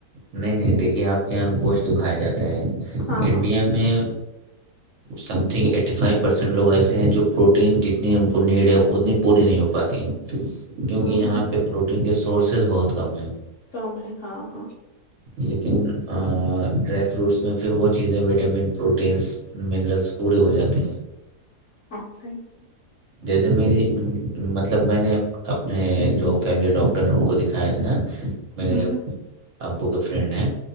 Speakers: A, on the right (about 60°); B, on the left (about 60°).
A: نہیں نہیں دیکھیے آپ کے یہاں گوشت تو کھایا جاتا ہے
B: ہاں
A: انڈیا
B: ہاں
A: میں سمنگ فٹی فائیو پرسینٹ لوگ ایسے ہیں جو پروٹین جتنی ان کو نیڈ ہے اتنی پوری نہیں ہو پاتی کیونکہ
B: ہاں
A: یہاں
B: ہاں
A: پہ پروٹین کے سورسز بہت کم ہیں
B: کم ہے ہاں ہاں
A: لیکن ڈرائی فروٹس میں پھر وہ چیزیں وٹامن پروٹینس منرلس پورے ہو جاتے ہیں
B: سن
A: جیسے میری مطلب میں نے اپنے جو فیملی ڈاکٹر نے ان کو دکھایا تھا میرے
B: ہوں ہوں
A: ابو کے فرینڈ ہیں